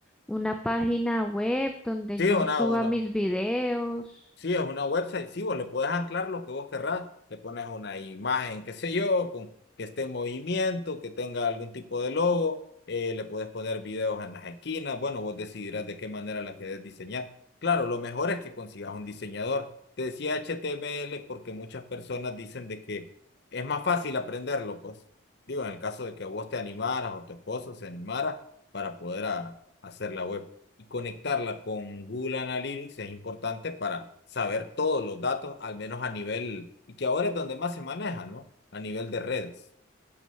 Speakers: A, in the centre; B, on the left.
A: una página web donde
B: Sí,
A: yo
B: una,
A: suba
B: una.
A: mis videos.
B: Sí, es una website, sí, vos le puedes anclar lo que vos querrás, le pones una imagen, qué sé yo, con, que esté en movimiento, que tenga algún tipo de logo, eh, le puedes poner videos en las esquinas, bueno, vos decidirás de qué manera la querés diseñar. Claro, lo mejor es que consigas un diseñador. Te decía H T M l porque muchas personas dicen de que es más fácil aprenderlo, pues digo, en el caso de que vos te animaras o tu esposo se animara para poder a- hacer la web y conectarla con Google Analytics es importante para saber todos los datos, al menos a nivel, y que ahora es donde más se maneja, ¿no? A nivel de redes,